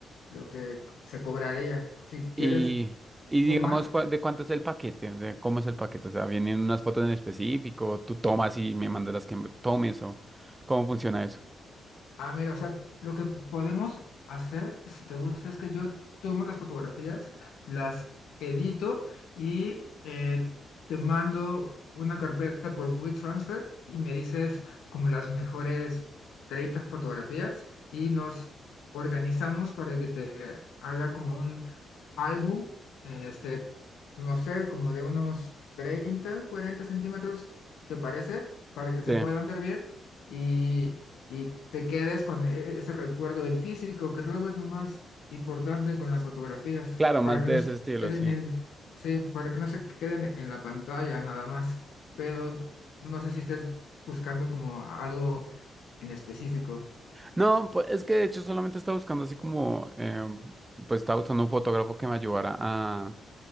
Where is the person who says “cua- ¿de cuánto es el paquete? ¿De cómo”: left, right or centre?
Right